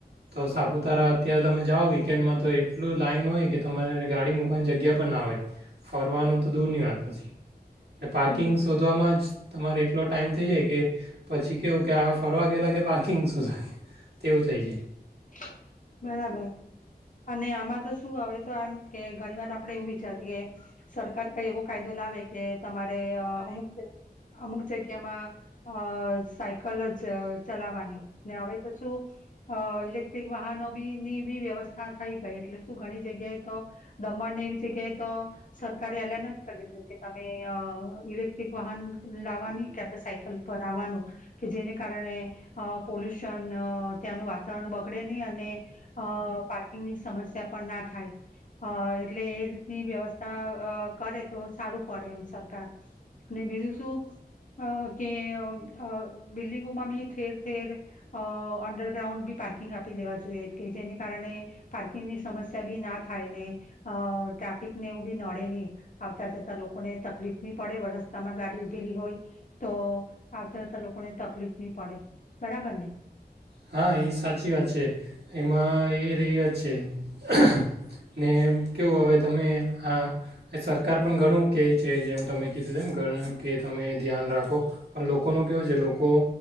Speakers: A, on the right (about 85°); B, on the left (about 50°).
A: તો સાપુતારા અત્યારે તમે જાઓ વીકેન્ડમાં તો એટલું લાઈન હોય કે તમારે ગાડી મૂકવાની જગ્યા પર ના હોય. ફરવાનું તો દૂર નની વાત પછી એટ પાર્કિંગ
B: હમ
A: શોધવામાં જ તમારે એટલો. ટાઈમ થઈ જાય કે પછી કેવું કે આ ફરવા ગેયલા કે પાર્કિંગ સુધવા ગિયા. તેવું થઈ જાય.
B: <inaudible> બરાબર અને આમાં તો શું આવે તો એમ કે ઘણી વાર આપડે એવું વિચારીએ કે સરકાર કઈ એવો કાયદો લાવે કે. તમારે અમુક અમુક જગ્યામાં અ સાયકલ જ ચલાવાની ને હવે તો શું હા. ઇલેક્ટ્રિક વાહનો બી ની બી વ્યવસ્થા થઈ ગઈ એટલે શું ઘણી જગ્યાએ તો દમણને એવી જગ્યાએ તો સરકારે એલાન જ કરી દીધું કે તમે અ ઈલેક એક વાહન લાવવાની કે સાયકલ પર આવવાનું. કે જેને કારણે અ પોલ્યુશન ત્યાંનું વાતાવરણ બગડે ની અને અ પાર્કિંગની સમસ્યા પણ ના થાય એટલે અ એ રીતની વ્યવસ્થા કરે તો સારું પડે એમ સરકાર અને બીજું શું કે અ બિલ્ડિંગોમાં બી થેર થેર અ અંડરગ્રાઉન્ડ બી પાર્કિંગ આપી દેવા જોઈ કે જે કારણે પાર્કિંગની સમસ્યા બી ના થાય ને અ ટ્રાફિકને એવું બી નડે નહી આવતા જતા લોકોને તકલીફ નહી પડે રસ્તામાં ગાડી ઉભેલી હોય તો આવતા જતા લોકોને તકલીફ નહી પડે બરાબર ને.
A: હા એ સાચી વાત છે એમાં એ રહહી્યો જ છે. <inaudible> ને કેવું હવે તમે આ સરકાર પણ ઘણું કહે છે જેમ તમે કીધું તેમમ કે તમે ધ્યાન રાખો પણ લોકોનું કેવું છે લોકો